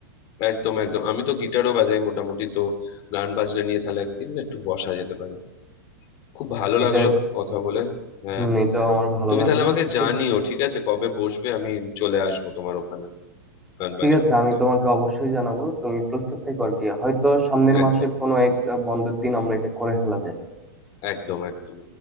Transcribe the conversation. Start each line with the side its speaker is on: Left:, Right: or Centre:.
Left: একদম একদম আমি তো গিটারও বাজাই মোটামুটি তো গান বাজনা নিয়ে তাহলে একদিন না একটু বসা যেতে পারে খুব ভালো
Centre: এটা
Left: লাগলো কথা বলে হ্যাঁ
Centre: হম এটাও আমার ভালো
Left: তুমি
Centre: লাগলো
Left: তাহলে আমাকে জানিও
Centre: ঠিক
Left: ঠিক আছে কবে বসবে আমি চলে আসবো তোমার ওখানে গান
Centre: ঠিক
Left: বাজনা
Centre: আছে
Left: করতে
Centre: আমি তোমাকে অবশ্যই জানাবো তুমি প্রস্তুত থেকো আর কি হয়তো সামনের
Left: একদম
Centre: মাসের কোনো এক আহ, বন্ধের দিন আমরা এটা করে ফেলা যায়
Left: একদম একদম